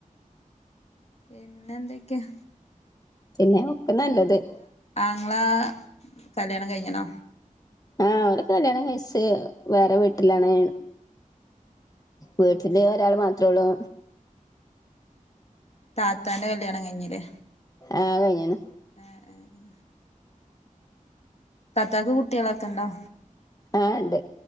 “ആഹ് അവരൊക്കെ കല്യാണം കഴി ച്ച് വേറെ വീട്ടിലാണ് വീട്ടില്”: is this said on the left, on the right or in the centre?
Left